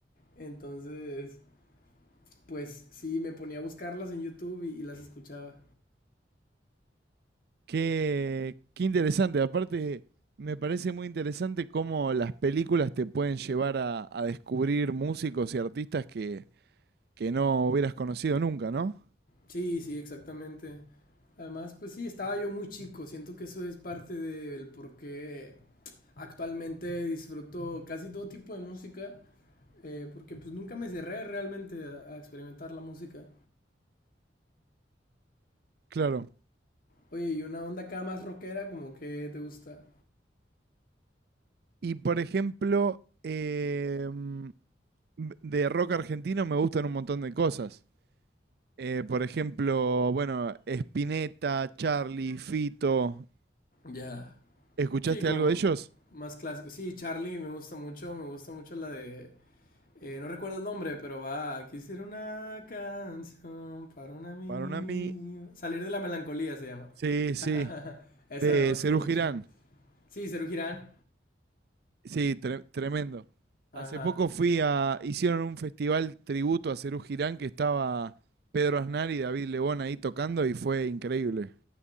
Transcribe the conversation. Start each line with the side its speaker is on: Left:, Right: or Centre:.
Left: Entonces, pues sí, me ponía a buscarlas en YouTube y, y las escuchaba.
Right: Qué, qué interesante. Aparte, me parece muy interesante cómo las películas te pueden llevar a, a descubrir músicos y artistas que, que no hubieras conocido nunca, ¿no?
Left: Sí, sí, exactamente. Además, pues sí, estaba yo muy chico. Siento que eso es parte del por qué actualmente disfruto casi todo tipo de música. eh, porque pues nunca me cerré realmente a, a experimentar la música.
Right: Claro.
Left: Oye, y una onda acá más rockera, como que te gusta.
Right: Y por ejemplo, eh, mm, b- de rock argentino me gustan un montón de cosas. Eh, por ejemplo, bueno, Spinetta, Charlie, Fito,
Left: Ya.
Right: ¿Escuchaste
Left: Sí, como
Right: algo de ellos?
Left: más clásico. Sí, Charlie me gusta mucho, me gusta mucho la de Eh, no recuerdo el nombre, pero va. Quisiera una canción para un amigo.
Right: Para un amigo.
Left: Salir de la melancolía se llama.
Right: Sí, sí,
Left: <laughs> Esa
Right: de
Left: me gusta
Right: Serú
Left: mucho.
Right: Girán.
Left: Sí, Serú Girán.
Right: Sí, tre- tremendo.
Left: Ajá.
Right: Hace poco fui a, hicieron un festival tributo a Serú Girán que estaba Pedro Aznar y David Lebón ahí tocando y fue increíble.